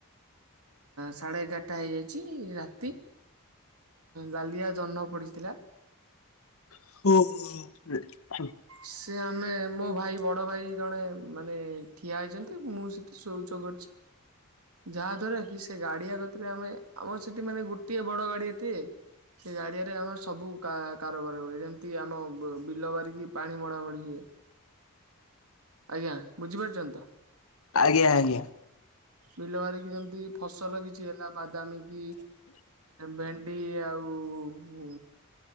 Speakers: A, on the right; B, on the left.
A: ସାଢ଼େ ଏଗାରଟା ହେଇଯାଇଚି ରାତି ଲାଲିଆ ଜହ୍ନ ପଡ଼ିଥିଲା।
B: ଓହୋ।
A: ସେ ଆମେ ମୋ ଭାଇ ବଡ ଭାଇ ଜଣେ ମାନେ ଠିଆ ହେଇଚନ୍ତି ମୁଁ ସେଠି ଶୋଉଚ କରୁଚି ଯାହା ଦ୍ଵାରା କି ସେ ଗାଡିଆ କତିରେ ଆମେ ଆମର ସେଠି ମାନେ ଗୋଟିଏ ବଡ ଗାଡିଆଟିଏ ସେ ଗାଡିଆରେ ଆମର ସବୁ କା କାରବାର ହୁଏ, ଯେମିତି ଆମ ବିଲ ବାରିକି ପାଣି ମଡ଼ାମଡ଼ି ହୁଏ। ଆଜ୍ଞା ବୁଝିପାରୁଛନ୍ତି ତ?
B: ଆଜ୍ଞା ଆଜ୍ଞା।
A: ବିଲ ବାରିକି ଯେମିତି ଫସଲ କିଛି ହେଲା ବାଦାମୀ କି ଭେଣ୍ଡି ଆଉ